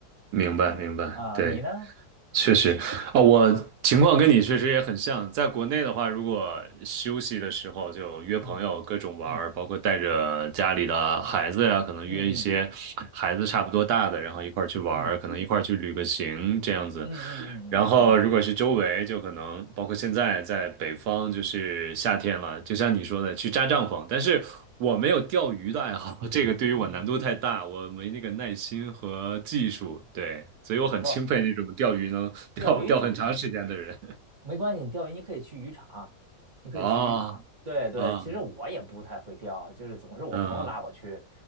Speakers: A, on the right (about 70°); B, on the right (about 30°).
A: 明白，
B: 嗯啊，
A: 明白，对，
B: 你呢？
A: 确实，啊、我情况跟你确实也很像。在国内的话，如果休息的时候就约朋友各种玩儿，
B: 嗯嗯
A: 包括带着家里的孩子呀、可能约一些孩子差不多大的，
B: 嗯嗯
A: 然后一块儿去玩儿，
B: 嗯
A: 可能一块儿去旅个行这样子。
B: 嗯嗯嗯嗯
A: 然后如果是周围，就可能包括现在在北方，就是夏天了，就像你说的，去扎帐篷。但是我没有钓鱼的爱好，<laughs> 这个对于我难度太大，
B: 嗯嗯嗯，
A: 我没那个耐心和技术，对，所以我很钦佩那种钓鱼能钓钓很长时间的人。
B: 不，钓鱼你给没关系，你钓鱼你可以去渔场，你可以去渔场。
A: 哦，
B: 对对，
A: 啊，
B: 其实我也不太会钓，就是总是我朋友拉我去，
A: 嗯